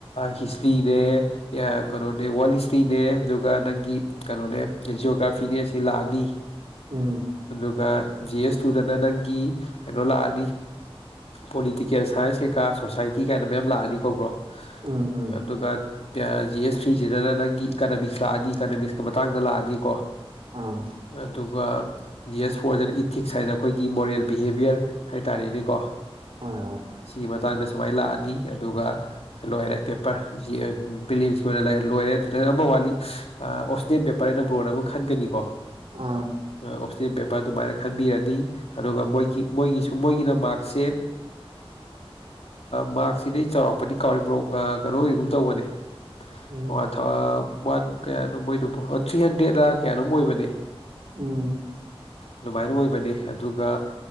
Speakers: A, on the left (about 85°); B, on the right (about 60°).
A: ꯍꯤꯁꯇ꯭ꯔꯤ ꯀꯩꯅꯣꯅꯦ ꯋꯥ ꯍꯇ꯭ꯔꯤꯅꯦ ꯑꯗꯨꯒ ꯅꯪꯒꯤ ꯀꯩꯅꯣꯅꯦ ꯖꯤꯑꯣꯒ꯭ꯔꯥꯐꯤꯅꯦ ꯂꯥꯛꯑꯅꯤ
B: ꯎꯝ ꯎꯝ
A: ꯑꯗꯨꯒ ꯖꯤ ꯑꯦꯁ ꯇꯨꯗꯅ ꯅꯪꯒꯤ ꯀꯩꯅꯣ ꯂꯥꯛꯑꯅꯤ ꯄꯣꯂꯤꯇꯤꯀꯦꯜ ꯁꯥꯏꯟꯁ ꯀꯩꯀꯥ ꯁꯣꯁꯥꯏꯇꯤ ꯀꯥꯏꯅ ꯃꯌꯥꯝ ꯂꯥꯛꯑꯅꯤ ꯀꯧꯕ꯭ꯔꯣ
B: ꯎꯝ ꯎꯝ
A: ꯑꯗꯨ ꯀ ꯖꯤ ꯑꯦꯁ ꯊ꯭ꯔꯤꯁꯤꯗꯅ ꯅꯪꯒꯤ ꯏꯀꯅꯣꯃꯤꯛꯁ ꯂꯥꯛꯑꯅꯤ ꯏꯀꯅꯣꯃꯤꯛꯁꯀꯤ ꯃꯇꯥꯡꯗ ꯂꯥꯛꯑꯅꯤ ꯀꯣ
B: ꯑꯥ
A: ꯑꯗꯨꯒ ꯌꯦꯁ ꯐꯣꯔꯁꯅ ꯏꯊꯤꯛꯁ ꯍꯥꯏꯅ ꯑꯩꯈꯣꯏꯒꯤ ꯃꯣꯔꯦꯜ ꯕꯤꯍꯦꯚꯌꯔ ꯍꯥꯏꯇꯥꯔꯦꯅꯦꯀꯣ
B: ꯍꯣꯏ ꯍꯣꯏ
A: ꯁꯤꯒꯤ ꯃꯇꯥꯡꯗ ꯁꯨꯃꯥꯏꯅ ꯂꯥꯛꯑꯅꯤ ꯑꯗꯨꯒ ꯂꯣꯏꯔꯦ ꯄꯦꯄꯔ ꯐꯤꯂꯤꯝꯀꯤꯦ ꯂꯣꯏꯔꯦ ꯑꯃ ꯋꯥꯠꯂꯤ ꯑꯣꯁꯅꯤꯌꯠ ꯄꯦꯄꯔ ꯀꯅ ꯕ꯭ꯔꯣꯟ ꯑꯃ ꯈꯟꯒꯅꯤꯀꯣ
B: ꯑꯥ
A: ꯑꯣꯞꯁꯅꯦꯦꯜ ꯄꯦꯄꯔ ꯑꯗꯨꯃꯥꯏꯅ ꯈꯟꯕꯤꯔꯅꯤ ꯑꯗꯨꯒ
B: ꯎꯝ
A: ꯃꯣꯏꯒꯤ ꯃꯣꯏꯒꯤꯁꯨ ꯀꯗ ꯃꯥꯁꯦꯞ ꯃꯥꯁꯤ ꯅ ꯆꯥꯎꯔꯥꯛꯄꯗꯤ ꯀꯥꯎꯔꯤꯕ꯭ꯔꯣ ꯀꯩꯅꯣ ꯑꯣꯏꯒꯨꯝ ꯇꯧꯕꯅꯦ
B: ꯎꯝ
A: ꯋꯥꯟ ꯊꯥꯎ ꯋꯥꯟ ꯀꯌꯥꯅꯣ ꯃꯣꯏꯗ ꯊ꯭ꯔꯤ ꯍꯟꯗ꯭ꯔꯦꯗꯅ ꯀꯌꯥꯅꯣꯝ ꯑꯣꯏꯕꯅꯦ
B: ꯎꯝ
A: ꯑꯗꯨꯃꯥꯏꯅ ꯑꯣꯏꯕꯅꯤ ꯑꯗꯨꯒ